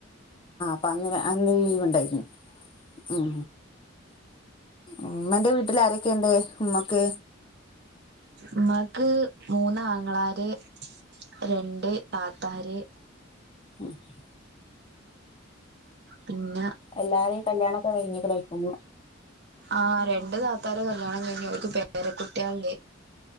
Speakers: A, on the left; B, on the right.
A: പ്പ അങ്ങനെ അന് ലീവിണ്ട് <unintelligible> ഉം ഉമ്മന്റെ വീട്ടില് ആരൊക്കെണ്ട് മ്മക്ക്‌
B: മ്മാക് മൂന്നങ്ങളാര് രണ്ട് താത്താര്
A: മ്മ്
B: പിന്ന
A: എല്ലാരേം കല്യാണൊക്കെ കഴിഞ്ഞിക്കിണെക്കും
B: ആ രണ്ട് താത്താരെ കല്യാണം കഴിഞ്ഞു ഒര്ക്ക് പേര കുട്ട്യാൾ